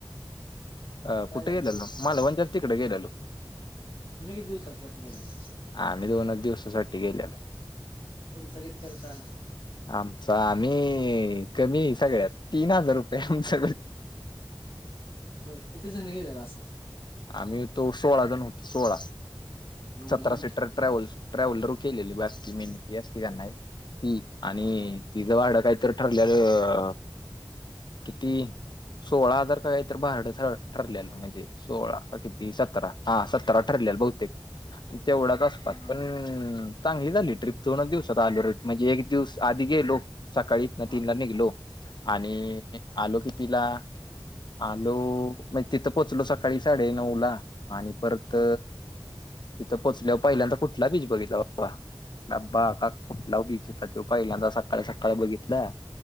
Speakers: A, on the left; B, on the left.
A: अ
B: काय
A: कुठे
B: झालं
A: गेले ना मालवणच्या तिकडे गेलेलो...
B: तुम्ही किती दिवसासाठी गेलेला....
A: आाम्ही दोनच दिवसासाठी गेलेलो...
B: तुमचं किती खर्च आला...
A: आमचा आम्ही कमी सगळ्यात तीन हजार रुपये आमच....
B: होय किती जण गेलेला असं...
A: आम्ही तो सोळा जण होतो सोळा
B: एवढे
A: सतरा
B: जण
A: सीटर...
B: होते
A: ट्रॅव्हल ट्रॅव्हलरू केलेली बारकी मिनी ती असती का नाही ती आणि....
B: हा हा
A: तिचं भाडं काहीत ठरलेलं.... किती सोळा हजार का काही तरी भाड ठरलेलं म्हणजे.. सोळा किती सतरा हा सत्तरा ठरले बहुतेक... तेवढाच आस
B: हा
A: पास पण... चांगली झाली ट्रीप दोन दिवसात आलो र म्हणजे एक दिवस आधी गेलो सकाळी ना
B: हा
A: तीनला निघलो... आणि आलो की तिला आलो म्हणजे तिथं पोचलो सग... सकाळी साडे नऊ ला आणि परत...
B: हा
A: तिथं पोचल्या पहील्यादा कुठला बीच बघितला... वां कुठला बीच होता ते पहिल्यांदा सकाळी सकाळी बघितलं